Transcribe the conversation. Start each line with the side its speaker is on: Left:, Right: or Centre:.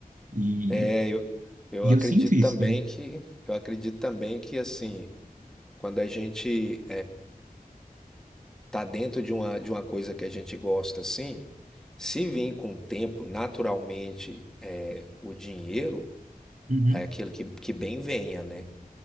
Right: E,
Centre: É, Eu, eu
Right: e
Centre: acredito
Right: eu sinto isso
Centre: também
Right: também.
Centre: que eu acredito também que assim, quando a gente está dentro de uma, de uma coisa que a gente gosta assim, se vem com o tempo naturalmente é, o dinheiro,
Right: Uhum.
Centre: é aquilo que, que bem venha, né?